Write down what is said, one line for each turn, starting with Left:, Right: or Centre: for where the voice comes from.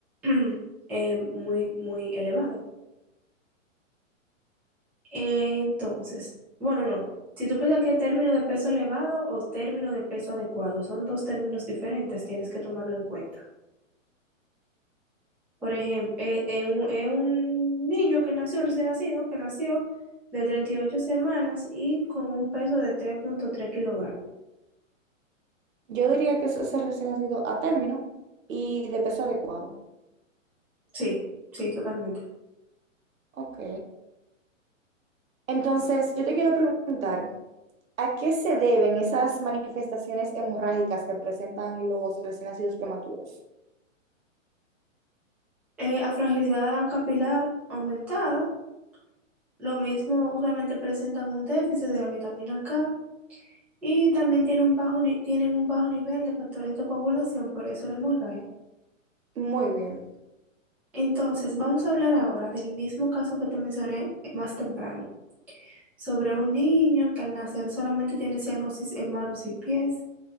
Centre: <clears throat> eh, muy, muy elevado. Entonces, bueno, no. Si tú piensas que término de peso elevado o término de peso adecuado son dos términos diferentes, tienes que tomarlo en cuenta. Por ejemplo, es un, eh, un niño que nació, un recién nacido, que nació de 38 semanas y con un peso de 3.3 kilogramos.
Right: Yo diría que eso es el recién nacido a término y de peso adecuado.
Centre: Sí, sí, totalmente.
Right: Ok, entonces yo te quiero preguntar, ¿a qué se deben esas manifestaciones hemorrágicas que presentan los recién nacidos prematuros?
Centre: Eh, a fragilidad capilar aumentada, lo mismo usualmente presentan un déficit de la vitamina K y también tienen un bajo, ni- tienen un bajo nivel de factores de coagulación, por eso la hemorragia.
Right: Muy bien.
Centre: Entonces, vamos a hablar ahora del mismo caso que te mencioné más temprano. sobre un niño que al nacer solamente tiene cianosis en manos y pies,